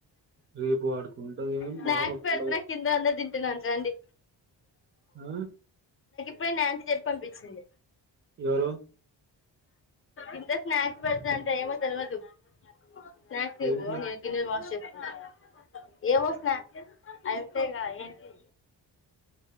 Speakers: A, on the right; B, on the left.
A: రేపు వాడికి ఉంటది
B: స్నాక్స్
A: మామూలుగా
B: పెడుతున్నా
A: ఉండదు
B: కింద అందరు తింటున్నారు రండి
A: ఆ
B: పోయి నా అంత చెప్పి పంపించింది
A: ఎవరు
B: ఇంత స్నాక్స్ పెడతా అంటే ఏమల్వదు స్నాక్స్ తిను
A: ఏం స్నా
B: నేను గిన్నెలు వాష్ చేసి వస్తా ఏవో స్నాక్స్ అయింతేగా ఏంటి